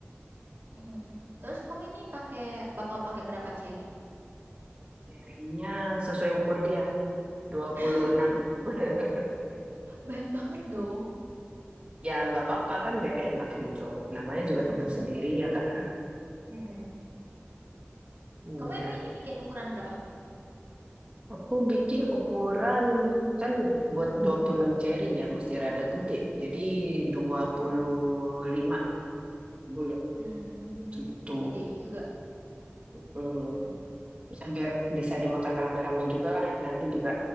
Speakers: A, on the right (about 55°); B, on the right (about 25°).
A: Mm, mm, mm. Terus kamu ini pakai bakal pakai berapa cherry?
B: Darinya sesuai umur dia 26.
A: <laughs>
B: <laughs>
A: Banyak banget dong.
B: Ya nggak apa-apa kan biar enak gitu. Namanya
A: <laughs>
B: juga teman sendiri ya nggak.
A: Mm-mm.
B: Iya.
A: Kamu emang ini bikin ukuran berapa?
B: Aku bikin ukuran kan buat 26 ceri ya mesti rada gede. Jadi dua
A: Hmm.
B: puluh lima bulat
A: Hmm,
B: gitu.
A: gede juga.
B: Hmm.
A: Mm.
B: Ya, biar bisa dimakan rame-rame juga lah. Nanti juga